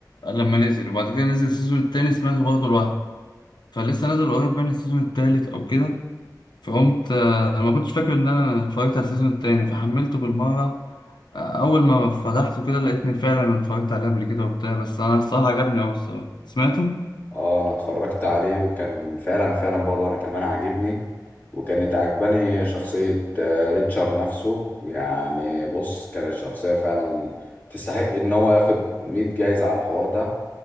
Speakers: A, on the left (about 85°); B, on the left (about 25°).
A: لما نزل وبعد كده نزل السيزون التاني سمعته برضه لوحده فلسه نازل قريب من السيزون التالت او كده فقمت آه، انا ما كنتش فاكر ان انا اتفرجت على السيزون التاني فحملته بالمره آه، اول ما فتحته كده لقيتني فعلا اتفرجت عليه قبل كده وبتاع بس انا الصراحه عجبني اوي الصراحه سمعته؟
B: اه انا اتفرجت عليه وكان فعلا فعلا برضه انا كمان عاجبني وكانت عجباني شخصية آه، ريتشارد نفسه يعني بص كانت شخصية فعلا تستحق ان هو ياخد 100 جايزة على الحوار ده